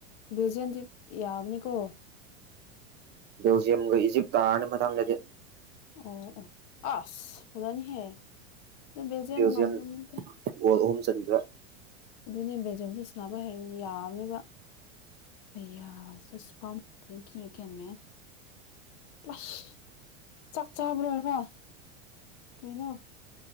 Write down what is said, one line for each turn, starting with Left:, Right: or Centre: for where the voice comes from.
Left: ꯕꯦꯜꯖꯤꯌꯝꯗꯤ ꯌꯥꯕꯅꯤꯀꯣ
Right: ꯕꯦꯜꯖꯤꯌꯝꯒ ꯏꯖꯤꯞ ꯇꯥꯔꯅꯤ ꯃꯊꯪꯗꯗꯤ
Left: ꯑꯣ ꯑꯣ ꯑꯁ ꯐꯖꯅꯤꯍꯦ ꯑꯗꯨ
Right: ꯕꯦꯜꯖꯤꯌꯝ
Left: ꯉꯝꯒꯅꯤꯗ
Right: ꯒꯣꯜ ꯑꯍꯨꯝ ꯆꯟꯒ꯭ꯔꯦ
Left: ꯑꯗꯨꯅꯦ ꯕꯦꯜꯖꯝꯗꯨ ꯁꯥꯅꯕ ꯍꯩꯕꯅꯦ ꯌꯥꯕꯅꯦꯕ ꯑꯌꯥ <unintelligible> <unintelligible> ꯆꯥꯛꯆꯥꯥ <unintelligible> ꯀꯔꯤꯅꯣ